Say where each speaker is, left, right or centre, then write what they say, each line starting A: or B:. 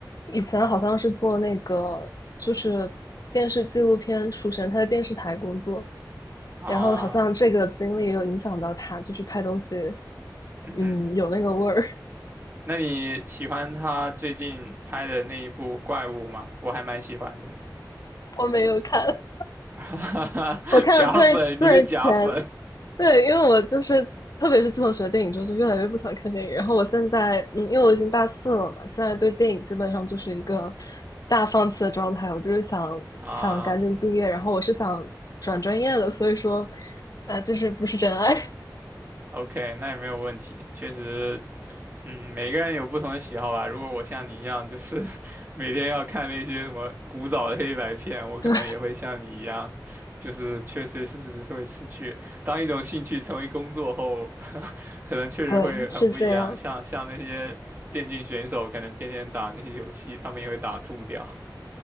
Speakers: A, on the left; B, on the right.
A: 以前好像是做那个就是电视纪录片出身，他在电视台工作，
B: 啊，
A: 然后好像这个经历也有影响到他，就是拍东西，
B: 嗯，
A: 嗯，有那个味儿。
B: 那你喜欢他最近拍的那一部《怪物》吗？我还蛮喜欢的，
A: <laughs> 我没有看，
B: <laughs>
A: 我看了最最前。
B: 假粉，你个假粉
A: 对，因为我就是特别是自从学电影之后，就越来越不想看电影。然后我现在，嗯，因为我已经大四了嘛，现在对电影基本上就是一个大放弃的状态。我就是想想赶紧毕业，
B: 啊！
A: 然后我是想转专业的，所以说，啊，就是不是真爱。<laughs>
B: OK，那也没有问题。确实，嗯，每个人有不同的喜好吧。如果我像你一样，就是 <laughs> 每天要看那些什么古早的黑白片，我可能也会像你一样，
A: 对
B: 就是确确实实会失去。当一种兴趣成为工作后，<laughs> 可能确实会很不一样。
A: 对，是这样，
B: 像像那些电竞选手，可能天天打那些游戏，他们也会打吐掉。